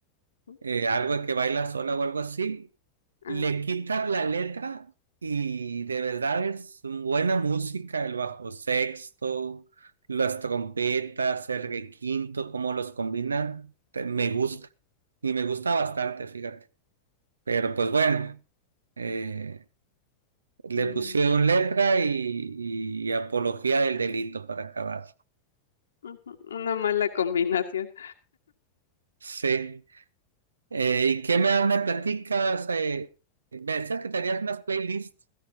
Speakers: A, on the left; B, on the right.
A: ¿no?
B: eh, algo de que baila sola o algo así,
A: Ah,
B: Le quitas la letra y de verdad es buena música, el bajo sexto, las trompetas, el requinto, cómo los combinan, te- me
A: ujú,
B: gusta. Y me gusta bastante, fíjate. Pero pues bueno, eh, le
A: sí.
B: pusieron letra y, y apología del delito para acabar.
A: Ujú, Una mala <laughs> combinación.
B: Sí. Eh, ¿y qué me, me platicas? Eh, me decías que tenías unas playlists.